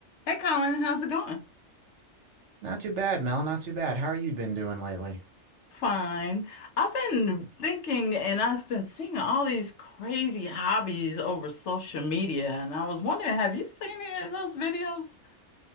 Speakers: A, on the left (about 70°); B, on the right (about 70°).
A: Hey Colin, how's it going?
B: Not too bad, Mel. Not too bad. How are you been doing lately?
A: Fine. I've been thinking and I've been seeing all these crazy hobbies over social media, and I was wondering, have you seen any of those videos?